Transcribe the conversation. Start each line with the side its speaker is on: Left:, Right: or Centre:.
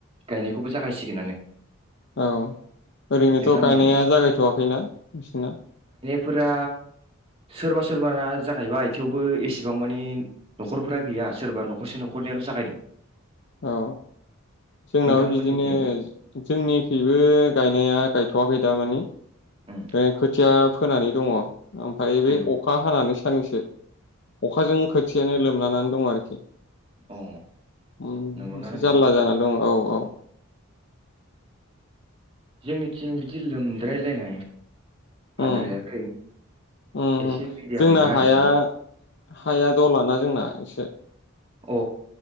Right: गायनायखौबो जागायसिगोनानो।
Left: औ ओरैनोथ
Right: नोंथांनियालाय
Left: गायनाया जागायथवाखैना नोंसिना?
Right: फोरा सोरबा सोरबा जागायबा थेवबो एसेबां मानि न'खरफोरा गैया सोरबा नखरसे नखरनियाल जागायदों।
Left: औ जोंनाबो
Right: नोंथांमोननिथिं
Left: बिदिनो जोंनिखैबो गायनाया गायथवाखै दा मानि।
Right: उम
Left: बे खोथिया फोनानै दङ ओमफफ्राय बे
Right: नंगौ
Left: अखा हानानै सो साननैसो अखाजों खोथियानो लोमलानानै दं आरोखि
Right: अ
Left: उम
Right: नंगौना
Left: एसे
Right: नोंथां
Left: जारला जाना दङ औ औ
Right: जोंनिथिं बिदि लोमद्रायलायनाय हाद्रायाखै
Left: उम उम
Right: एसे
Left: उम
Right: मिडियामैनो
Left: जोंना
Right: हादों
Left: हाया-हाया दलाना जोंना इसे
Right: अ